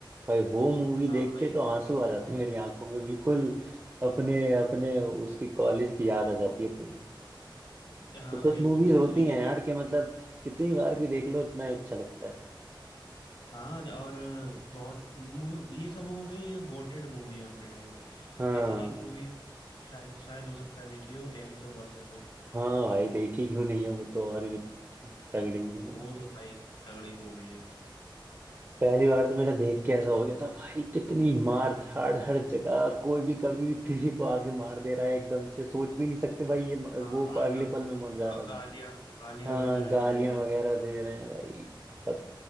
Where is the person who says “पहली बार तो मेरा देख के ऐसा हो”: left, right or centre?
Right